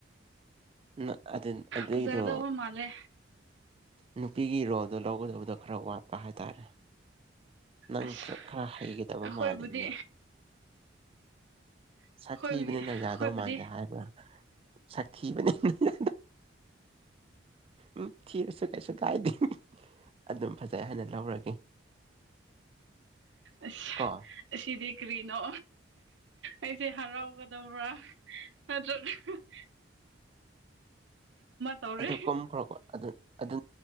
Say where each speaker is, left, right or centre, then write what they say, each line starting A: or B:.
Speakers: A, on the right (about 30°); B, on the right (about 70°).
A: ꯅ ꯑꯗꯨꯟ ꯑꯗꯨꯏꯗꯣ
B: ꯐꯖꯒꯗꯧꯕ ꯃꯥꯜꯂꯦ
A: ꯅꯨꯄꯤꯒꯤ ꯔꯣꯜꯗꯣ ꯂꯧꯒꯗꯕꯗꯣ ꯈꯔ ꯋꯥꯠꯄ ꯍꯥꯏꯇꯥꯔꯦ ꯅꯪ
B: ꯑꯁ
A: ꯈꯦꯠ ꯈꯔ ꯍꯩꯒꯗꯕ
B: ꯑꯩꯈꯣꯏꯕꯨꯗꯤ
A: ꯃꯥꯜꯂꯤꯅꯦ
B: ꯑꯩꯈꯣꯏꯒꯤ
A: ꯁꯠꯊꯤꯕꯅꯤꯅ
B: ꯑꯩꯈꯣꯏꯕꯨꯗꯤ
A: ꯌꯥꯗꯧ ꯃꯥꯟꯗꯦ ꯍꯥꯏꯕ꯭ꯔꯥ ꯁꯠꯊꯤꯕꯅꯤꯅ ꯎꯝ ꯊꯤꯔꯁꯨ ꯀꯩꯏꯁꯨ ꯀꯥꯏꯗꯦ ꯑꯗꯨꯝ ꯐꯖꯩ ꯍꯥꯏꯅ ꯂꯧꯔꯒꯦ
B: ꯑꯁ
A: ꯀꯣ
B: ꯑꯁꯤꯗꯤ ꯀꯔꯤꯅꯣ ꯑꯩꯁꯦ ꯍꯔꯥꯎꯒꯗꯧꯕ꯭ꯔꯥ ꯑꯗꯨꯒ <inaudible> ꯇꯧꯔꯦ
A: ꯑꯗꯨ ꯀꯨꯝꯈ꯭ꯔꯣꯀꯣ ꯑꯗꯨ ꯑꯗꯨ